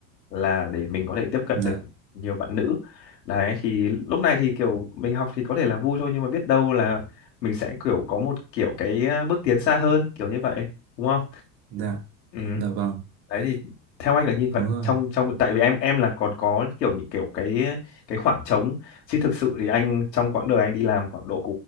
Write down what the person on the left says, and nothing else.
là để mình có thể tiếp cận
được nhiều bạn nữ đấy thì lúc này thì kiểu mình học thì có thể là vui thôi nhưng mà biết đâu là mình sẽ kiểu có một kiểu cái ờ, bước tiến xa hơn kiểu như vậy đúng không
ừ
đấy thì theo anh là như
vậy
trong trong tại vì em em là còn có kiểu những kiểu cái cái khoảng trống chứ thực sự thì anh trong quãng đời anh đi làm khoảng độ